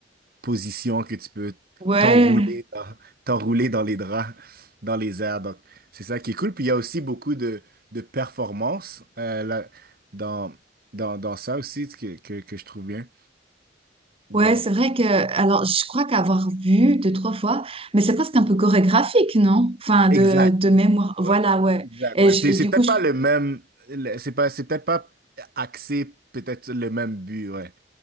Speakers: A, on the right; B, on the right.
A: position que tu peux
B: Ouais,
A: t'enrouler dans, t'enrouler dans les draps, dans les airs. Donc, c'est ça qui est cool. Puis il y a aussi beaucoup de, de performances euh, là, dans, dans, dans ça aussi que, que, que je trouve bien. Donc,
B: ouais, c'est vrai que alors je crois qu'avoir vu deux trois fois, mais c'est presque un peu chorégraphique, non? Enfin
A: exact.
B: de, de mémoire,
A: Ouais.
B: voilà, ouais.
A: Exact,
B: Et
A: ouais.
B: je-
A: C'est, c'est
B: du
A: peut-être
B: coup, je,
A: pas le même, le- c'est pas, c'est peut-être pas axé peut-être sur le même but, ouais.